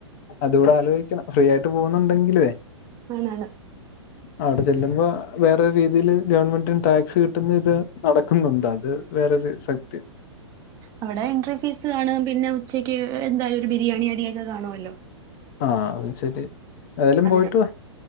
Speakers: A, on the left (about 40°); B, on the right (about 20°).
A: അതൂടെ ആലോയിക്കണം ഫ്രീ ആയിട്ട് പോവുന്നുണ്ടെങ്കിലുവേ
B: <unintelligible>
A: <inaudible> അവിടെ ചെല്ലുമ്പോ വേറെ രീതിയില് ഗവൺമെന്റിന് ടാക്സ് കിട്ടുന്ന ഇത് നടക്കുന്നുണ്ട് അത് വേറൊരു സത്യം
B: അവിടെ എൻട്രി ഫീസ് കാണും പിന്നെ ഉച്ചയ്ക്ക് എന്തായാലും ഒരു ബിരിയാണി അടിയൊക്കെ കാണുമല്ലോ
A: ആഹ അത് ശരിയാ എതാലും
B: അതിനാ
A: പോയിട്ട് വാ